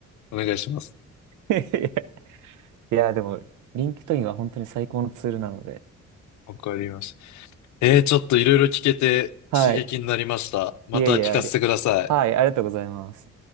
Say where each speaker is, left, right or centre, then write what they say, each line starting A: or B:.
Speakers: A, on the left; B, on the right.
A: お願いします。
B: い。<laughs> いや、でも、リンクトインは本当に最高のツールなので。
A: わかりました。えー、ちょっといろいろ聞けて刺激になりました。
B: はい。
A: また聞かせてください。
B: いえいえ、あり、はい、ありがとうございます。